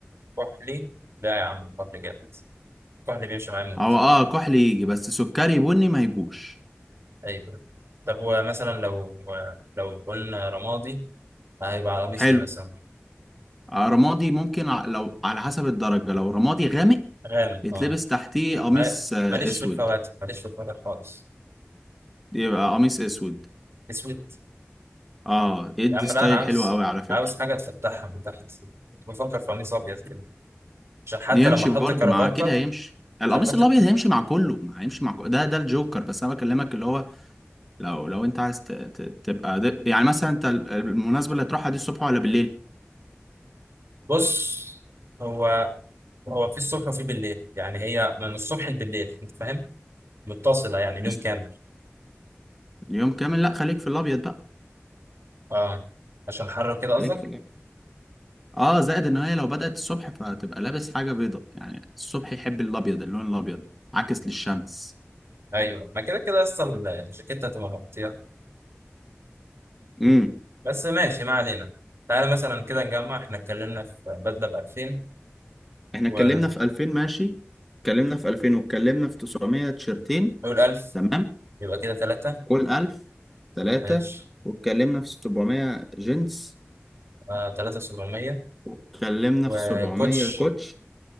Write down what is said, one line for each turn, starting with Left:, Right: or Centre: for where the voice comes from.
Right: كحلي لا يا عم كحلي جامد الكحل اللي بيمشي معاه موت
Centre: هو اه كحلي يجي بس سكري بني ما يجوش
Right: ايوه طب ومثلا لو لو قلنا رمادي هيبقى على قميص
Centre: حلو
Right: ايه مثلا
Centre: آه رمادي ممكن ع- لو على حسب الدرجة لو رمادي غامق
Right: غامق
Centre: يتلبس
Right: اه
Centre: تحتيه قميص
Right: ما-
Centre: آه
Right: ماليش
Centre: اسود
Right: في الفواتح ماليش في الفواتح خالص
Centre: يبقى قميص اسود
Right: اسود
Centre: اه يدي
Right: يا عم
Centre: ستايل
Right: لا انا عاوز
Centre: حلو قوي على فكرة
Right: عاوز حاجه تفتحها من تحت كنت بفكر في قميص ابيض كده عشان حتى
Centre: يمشي
Right: لما احط
Centre: برضه
Right: كرافته
Centre: مع كده هيمشي القميص
Right: عشان احط
Centre: الابيض هيمشي مع كله ما هيمشي مع كله. ده ده الجوكر بس انا بكلمك اللي هو لو لو انت عايز ت- ت- تبقى د- يعني مثلا انت ال- المناسبة اللي هتروحها دي الصبح ولا بالليل
Right: بص هو هو في الصبح وفي بالليل يعني هي من الصبح لبالليل انت فاهم متصله يعني اليوم
Centre: بس
Right: كامل
Centre: اليوم كامل لا خليك في الابيض بقى
Right: اه عشان حر كده قصدك
Centre: خليك في اللعب اه زائد ان هي لو بدأت الصبح فتبقى لابس حاجة بيضة يعني الصبح يحب الابيض اللون الابيض عكس للشمس
Right: ايوه ما كده كده اصل الجاكيت هتبقى مغطيه
Centre: امم
Right: بس ماشي ما علينا تعالى مثلا كده نجمع احنا اتكلمنا في بدله ب 2000
Centre: احنا
Right: ونقول
Centre: اتكلمنا في 2000 ماشي اتكلمنا في 2000 واتكلمنا في 900 تيشرتين
Right: 1000
Centre: تمام
Right: يبقى كده 3
Centre: كل 1000 ثلاثة
Right: ماشي
Centre: واتكلمنا في 700 جينز
Right: آه 3700
Centre: واتكلمنا
Right: وكوتش
Centre: في 700 كوتش